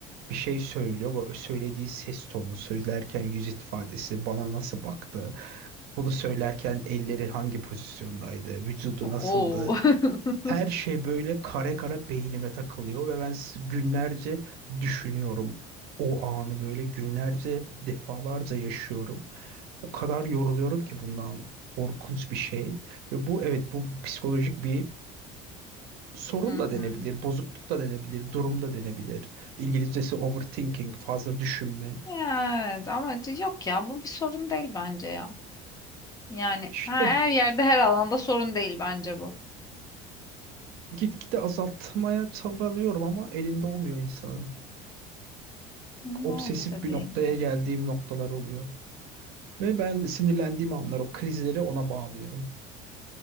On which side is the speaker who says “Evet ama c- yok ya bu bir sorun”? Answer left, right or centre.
Left